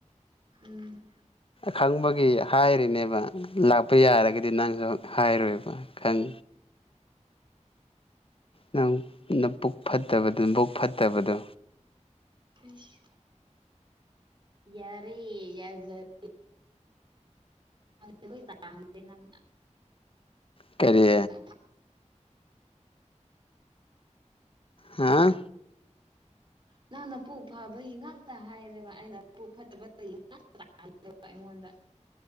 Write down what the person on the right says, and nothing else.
ꯎꯝ
ꯏꯁ ꯌꯥꯔꯦ ꯌꯥꯖꯔꯦ ꯂꯧꯁꯤꯟꯕ ꯉꯝꯗꯕ ꯅꯪꯅ
ꯅꯪꯅ
ꯅꯪꯅ ꯄꯨꯛ ꯐꯕꯒꯤ ꯉꯥꯛꯇ ꯍꯥꯏꯔꯦꯕ ꯑꯩꯅ ꯄꯨ ꯐꯠꯇꯕ ꯇꯒꯤ ꯉꯥꯛꯇ ꯂꯧꯁꯤꯟꯕ ꯉꯝꯗꯕ ꯑꯩꯉꯣꯟꯗ